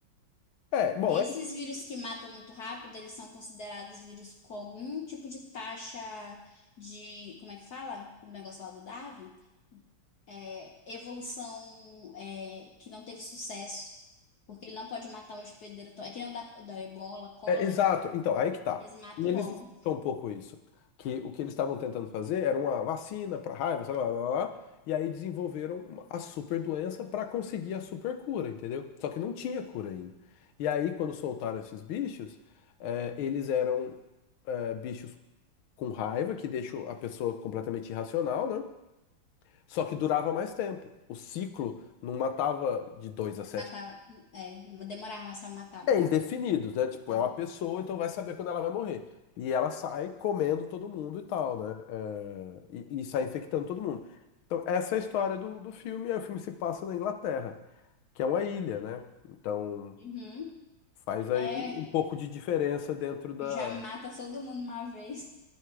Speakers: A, on the left (about 80°); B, on the left (about 55°).
A: É, bom,
B: Esses
A: é,
B: vírus que matam muito rápido, eles são considerados vírus com algum tipo de taxa de, como é que fala? O negócio lá do Darwin? É, evolução, é, que não teve sucesso. Porque ele não pode matar o hospedeiro. to- É que nem o da, da ebola, cólera.
A: é exato. Então, aí que tá.
B: Eles matam
A: E eles
B: logo.
A: explicam um pouco isso. Que o que eles estavam tentando fazer era uma vacina para raiva, sei lá, lá, lá, lá, e aí desenvolveram uma- a super doença para conseguir a super cura, entendeu? Só que não tinha cura ainda. E aí, quando soltaram esses bichos, é, eles eram, é, bichos com raiva, que deixam a pessoa completamente irracional, né? Só que durava mais tempo. O ciclo não matava de 2 a 7.
B: Matar, é, demorar mais pra matar, no
A: É indefinido,
B: caso.
A: né? Tipo,
B: É.
A: é uma pessoa, então vai saber quando ela vai morrer. E ela sai comendo todo mundo e tal, né? É, e, e sai infectando todo mundo. Então, essa é a história do, do filme. Aí o filme se passa na Inglaterra, que é uma ilha, né? Então,
B: Uhum.
A: faz aí
B: É,
A: um pouco de diferença dentro da.
B: já mata todo mundo uma vez.